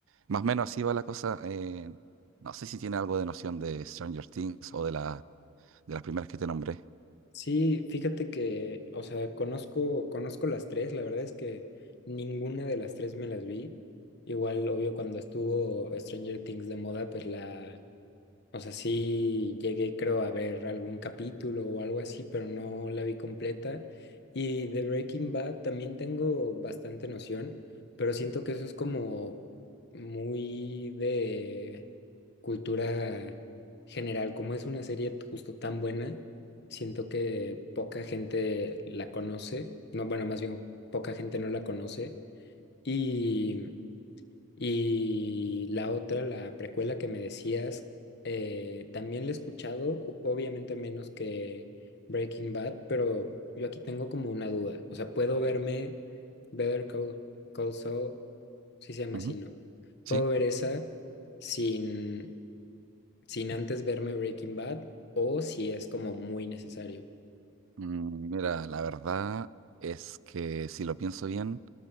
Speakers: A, on the right; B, on the left.
A: más o menos así va la cosa. eh, no sé si tiene algo de noción de Stranger Things o de la, de las primeras que te nombré.
B: Sí, fíjate que, o sea, conozco, conozco las tres, la verdad es que ninguna de las tres me las vi. Igual, obvio, cuando estuvo Stranger Things de moda, pues la, O sea, sí llegué, creo, a ver algún capítulo o algo así, pero no la vi completa. Y de Breaking Bad también tengo bastante noción, pero siento que eso es como muy de cultura general. Como es una serie justo tan buena, siento que poca gente la conoce. No, bueno, más bien poca gente no la conoce. Y y la otra, la precuela que me decías, eh, también la he escuchado, o- obviamente menos que Breaking Bad, pero yo aquí tengo como una duda. O sea, puedo verme Better Call, Call Saul, si se llama
A: Ujú.
B: así, ¿no?
A: Sí,
B: Puedo ver esa sin, sin antes verme Breaking Bad o si es como muy necesario.
A: Mm, mira, la verdad es que si lo pienso bien,